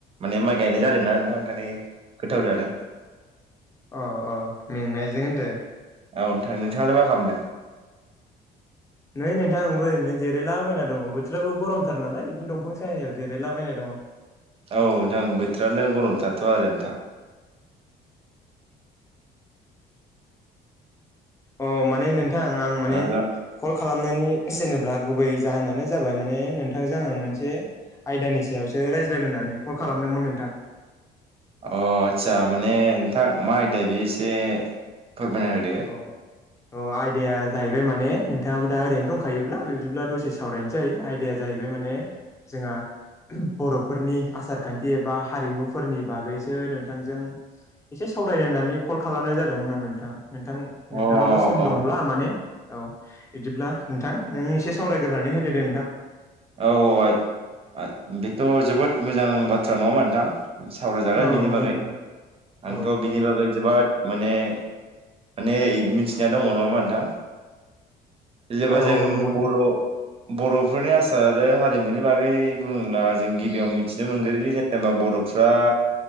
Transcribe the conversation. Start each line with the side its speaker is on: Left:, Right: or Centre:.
Right: माने माइ गायनाय जादोंनाा नोंथां ओंखायनो गोथाव जादों
Left: अ अ मेंनायजों होनदो
Right: औ नोंथां नोंथाङालाय मा खालामदों
Left: नै नोंथां आंबो ओरैनो जिरायलाबायना दङ बोथोराबो गरमथार नालाय बिदिनो दंफां साहायाव जिरायलाबायना दङ अ
Right: औ नोंथां बोथोरानो गरम थाथ' आरो नोंथां
Left: अ माने नोंथां आं माने
Right: अ हेल'
Left: कल खालामनायनि जेनेब्ला गुबै जाहोनानो जाबाय माने नोंथांजों आङो मोनसे आयदानि सायावसो रायज्लायनो होननानै कल खालामदोंमोन नोंथां
Right: अ आचसा माने नोंथां मा आयदा बे एसे फोरमायना होदो
Left: अ अ आयदाया जाहैबाय मा ने नोंथाङाबो दा ओरैनो दंखायोब्ला बिदिब्ला दसे सावरायनोसै आयदाया जाहैबाय माने जोंहा बर'फोरनि आसार खान्थि एबा हारिमुफोरनि बागैसो नोंथांजों एसे सावरायनो होन्नानै कल खालामनाय जादोंमोन आं नोंथां नोंथां
Right: अ
Left: नोंथाङाबो सम
Right: अ
Left: दंब्ला माने औ बिदिब्ला नोंथां नों एसे सावरायग्रोनानै होदो दे नोंथां
Right: औ औ बेथ' जोबोद मोजां बाथ्रा नङामोन नोंथां सावरायजागोन
Left: औ
Right: बिनि
Left: नंगौ
Right: बागै
Left: नोंथां
Right: आंथ'
Left: औ
Right: बिनि बागै जोबोद माने माने मिथिनाया दङ नङा होनबा नोंथां जेबा
Left: औ
Right: जों
Left: औ नंगौ नोंथां
Right: बर' बर'फोरनि आस र आरो हारिमुनि बागै बुङोब्ला जों गिबियाव मिथिनो मोनग्रोयो जेनेबा बर'फ्रा